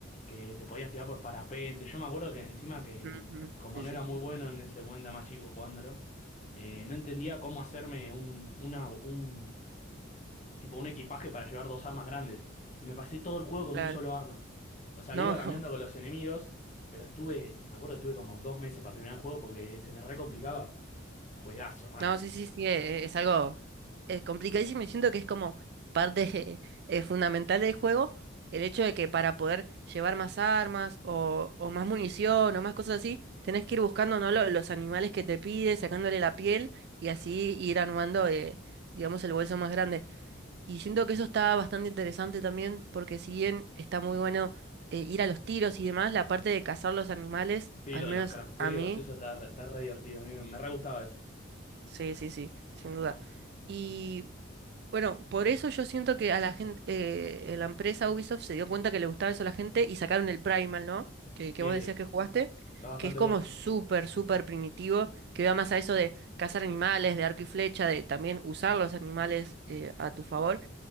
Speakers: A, on the left; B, on the right.
A: que te podías tirar por parapente. Yo me acuerdo que encima que
B: Ujú,
A: como
B: Sí,
A: no
B: sí,
A: era muy bueno en ese momento, era más chico jugándolo, eh, no entendía cómo hacerme un, una, un, tipo un equipaje para llevar dos armas grandes. Y me pasé todo el juego con
B: claro.
A: un solo arma. O sea,
B: No,
A: le iba
B: <laughs>
A: cambiando con los enemigos, pero estuve, me acuerdo, estuve como dos meses para terminar el juego porque se me re complicaba. Juegazo, man.
B: no, sí, sí, sí, eh, es, algo eh, complicadísimo y siento que es como parte <laughs> eh, fundamental del juego el hecho de que para poder llevar más armas o, o más munición o más cosas así, tenés que ir buscando ¿no? lo- los animales que te pide, sacándole la piel y así ir armando, eh, digamos, el bolso más grande. Y siento que eso está bastante interesante también porque si bien está muy bueno eh, ir a los tiros y demás, la parte de cazar los animales,
A: Sí,
B: al
A: lo
B: menos
A: de los crafteos,
B: a mí,
A: eso está, re- está re divertido. A mí me, me re gustaba eso.
B: Sí, sí, sí, sin duda. Y bueno, por eso yo siento que a la gente, eh, la empresa Ubisoft se dio cuenta que le gustaba eso a la gente y sacaron el Primal, ¿no? Que,
A: Sí,
B: que vos decías que jugaste,
A: está bastante
B: que es como
A: bueno.
B: súper, súper primitivo, que va más a eso de cazar animales, de arco y flecha, de también usar los animales eh, a tu favor.